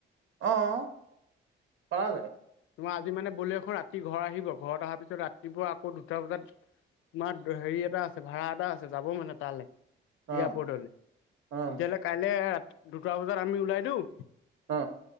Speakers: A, on the right; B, on the left.
A: অহ পৰা যায়।
B: তোমাৰ আজি মানে বলেৰখন ৰাতি ঘৰত আহিব। ঘৰত অহাৰ পিছত ৰাতিপুৱা আকৌ দুটা বজাত তোমাৰ হেৰি এটা আছে, ভাড়া এটা আছে যাব মানে তালৈ।
A: অ'
B: এয়াৰপৰ্টলৈ তেতিয়াহ'লে
A: অ'
B: কাইলে দুটা বজাত আমি ওলাই দিওঁ।
A: অ